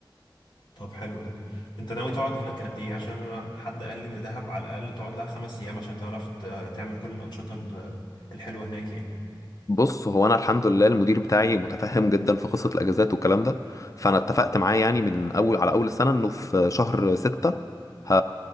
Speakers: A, on the left; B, on the left.
A: طب حلو ده انت ناوي تقعد هناك قد ايه عشان انا حد قال لي ان دهب على الاقل تقعد لها خمس ايام عشان تعرف ت- تعمل كل الانشطه ال- الحلوه هناك يعني
B: بص هو انا الحمد لله المدير بتاعي متفهم جدا في قصه الاجازات والكلام ده فانا اتفقت معاه يعني من اول على اول السنه انه في شهر ستة ه-